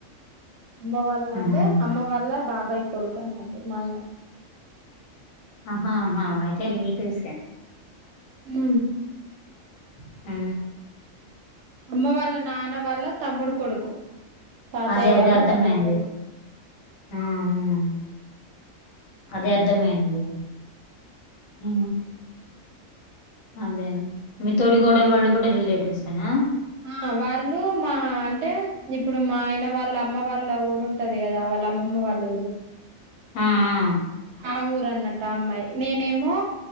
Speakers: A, on the right; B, on the left.
A: అమ్మ వాల్ళ
B: ఉహు
A: అంటే అమ్మ వాల్ళ బాబాయ్ కొడుకు అన్నట్టు మా ఆయన
B: హాహా అయితే రిలేటివ్స్సే
A: ఉ
B: ఉ
A: అమ్మ వాళ్ళ నాన్న వాల్ళ తమ్ముడు కొడుకు తాతయ్య
B: అదే
A: వాల్ళ
B: అదే అర్థమైంది.
A: తమ్ముడు కొడుకు
B: ఆ ఊ అదే అర్ధమైంది హు అదేనండి మీ తోడి కోడల వాళ్ళు కూడా రిలేటివ్స్ ఏనా
A: ఆ వాళ్ళు మా అంటే ఇప్పుడు మా ఆయన వాళ్ళ అమ్మ వాళ్ళ ఊరుంట టది కదా వాళ్ళ అమ్మమ్మ వాళ్ళ ఊరు
B: ఆ ఆ
A: ఆ ఊరు అన్నట్టు అమ్మాయి నేనేమో